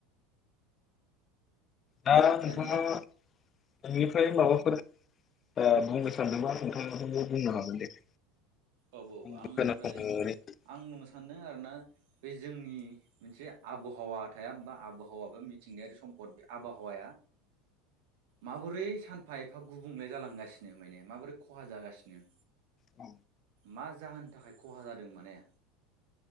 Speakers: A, on the left; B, on the right.
A: दा नोंथाङा
B: दानिया
A: नोंनिफ्राय
B: औ
A: माबाफोर ओ बुंनो सानदोंबा नोंथांआबो बुंनो हागोन दे
B: औ औ
A: आं
B: आंनिफ्राय
A: खोनासंनो ओरैनो
B: आं बुंनो सानदों आरोना बे जोंनि मोनसे आबहावा थाया होमबा आबहावाबा मिथिंगायारि सम्पद बे आबहावाया माबोरै सानफा एफा गुबुंले जालांगासिनो माने माबोरै खहा जागासिनो
A: औ
B: मा जाहोननि थाखाय खहा जादों माने